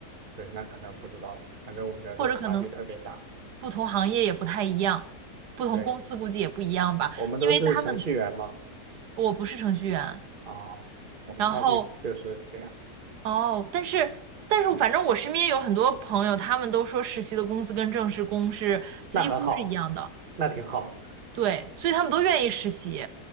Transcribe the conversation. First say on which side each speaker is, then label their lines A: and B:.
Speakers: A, on the right (about 35°); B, on the right (about 80°).
A: 对，那可能不知道，反正我们这儿都会差距特别大。
B: 或者可能。不同行业也不太一样，不同公司估计也不一样吧，
A: 对，我们都是程序员嘛，
B: 因为他们我不是程序员，
A: 啊、我们差距就是这样，
B: 然后哦，但是但是反正我身边有很多朋友，他们都说实习的工资跟正式工是几乎是一样的，
A: 那很好，那挺好的
B: 对，所以他们都愿意实习，